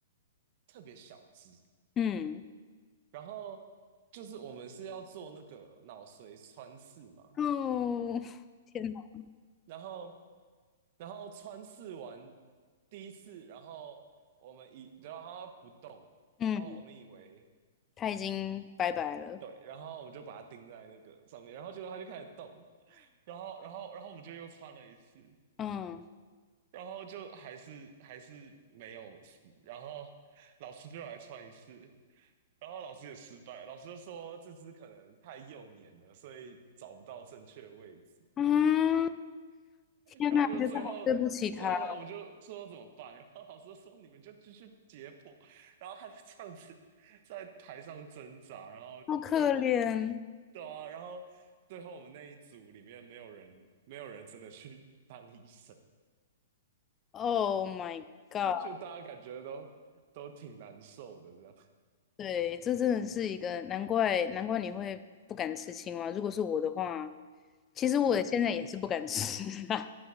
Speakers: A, on the right (about 50°); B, on the left (about 20°).
A: 特别小只，
B: 嗯，
A: 然后就是我们是要做那个脑髓穿刺嘛。
B: 哦，天哪，
A: 然后然后穿刺完第一次，然后我们以然后它不动，
B: 嗯，
A: 然后我们以为
B: 他已经拜拜了，
A: 对，然后我们就把它钉在那个上面，然后结果它就开始动，然后然后然后我们就又穿了一次，
B: 嗯
A: 然后就还是还是没有死，然后老师就来穿一次。然后老师也失败，老师就说这只可能太幼年了，所以找不到正确位置。
B: 啊，天哪，
A: 然后就最后最后了，
B: 觉得好对不起他，
A: 我们就说怎么办？然后老师说你们就继续解剖，然后他就这样子在台上挣扎，然后就
B: 好可怜。
A: 对啊，然后最后我们那一组里面没有人没有人真的去 <laughs> 当医生，
B: Oh my god！
A: 就大家感觉都都挺难受的这样。
B: 对，这真的是一个难怪，难怪你会不敢吃青蛙。如果是我的话，其实我现在也是不敢吃啊。
A: <laughs> 嗯，